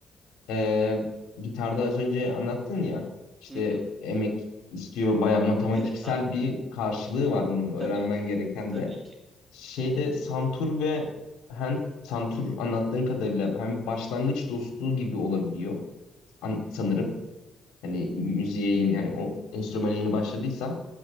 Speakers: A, on the left (about 90°); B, on the right (about 25°).
A: e, gitarda az önce anlattın ya işte
B: Hı hı.
A: emek istiyor bayağı matematiksel
B: Evet abi.
A: bir karşılığı var bunun öğrenmen
B: Tabii ki.
A: gereken
B: Tabii
A: de.
B: ki.
A: Şeyde santur ve hem santur anlattığın kadarıyla hem başlangıç dostluğu gibi olabiliyor an- sanırım. Hani müziğe yeni yani o enstrümana yeni başladıysan